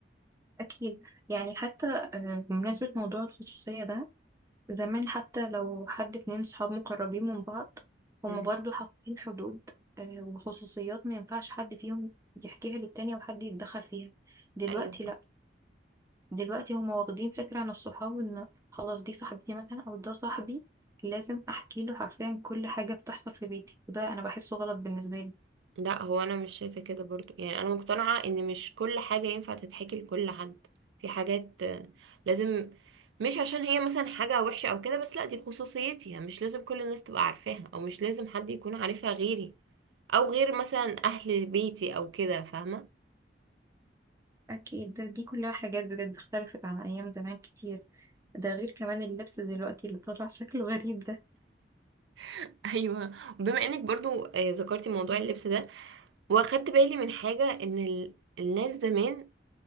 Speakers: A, on the right; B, on the right.
A: اكيد يعني حتى آه، بمناسبة موضوع الخصوصية ده زمان حتى لو حد اتنين صحاب مقربين من بعض هما
B: مم.
A: برضو حاطين حدود آه، وخصوصيات ما ينفعش حد فيهم يحكيها للتاني او حد يتدخل فيها دلوقتي
B: ايوه
A: دلوقتي هما واخدين فكرة عن الصحاب ان خلاص دي صاحبتي مثلا او ده صاحبي لازم احكي له حرفيا كل حاجة بتحصل في بيتي وده انا بحسه غلط بالنسبة لي
B: لا هو انا مش شايفه كده برضو يعني انا مقتنعه ان مش كل حاجه ينفع تتحكي لكل حد في حاجات آه، لازم مش عشان هي مثلا حاجه وحشه او كده بس لا دي خصوصيتي يعني مش لازم كل الناس تبقى عارفاها او مش لازم حد يكون عارفها غيري او غير مثلا اهل بيتي او كده فاهمه
A: اكيد ده دي كلها حاجات بجد اختلفت عن ايام زمان كتير ده غير كمان اللبس دلوقتي اللي طالع شكله غريب ده
B: <laughs> ايوه بما انك برضو آه، ذكرتي موضوع اللبس ده واخدت بالي من حاجه ان ال- الناس زمان